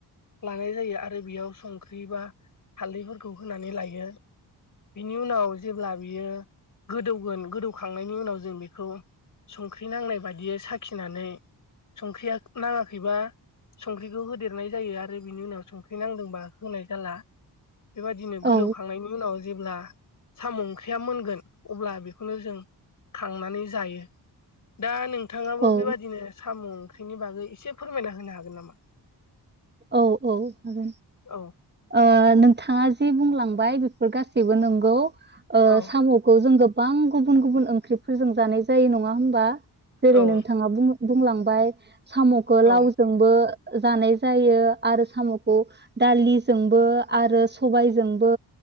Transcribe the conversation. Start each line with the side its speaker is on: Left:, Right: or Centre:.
Left: लानाय जायो आरो बेयाव संख्रि बा हालदैफोरखौ होनानै लायो। बिनि उनाव जेब्ला बियो गोदौगोन गोदौ खांनायनि उनाव जों बेखौ संख्रि नांनाय बायदियै साखिनानै संख्रिया नाङाखैबा संख्रिखौ होदेरनाय जायो आरो बिनि उनाव संख्रि नांदोंबा होनाय जाला। बेबादिनो
Right: औ
Left: गोदौखांनायनि उनाव जेब्ला साम' ओंख्रिया मोनगोन अब्ला बेखौनो जों खांनानै जायो। दा नोंथाङाबो
Right: औ
Left: बेबादिनो साम' ओंख्रिनि बागै एसे फोरमायना होनो हागोन नामा?
Right: औ औ हागोन।
Left: औ।
Right: ओ नोंथाङा जि बुंलांबाय बेफोर गासैबो नंगौ। ओ
Left: औ
Right: साम'खौ जों गोब बां गुबुन गुबुन ओंख्रिफोरजों जानाय जायो नङा होमबा? जेरै
Left: औ
Right: नोंथाङा बुङो बुंलांबाय साम'खौ
Left: औ
Right: लाव जोंबो जानाय जायो आरो साम'खौ दालि जोंबो आरो सबाय जोंबो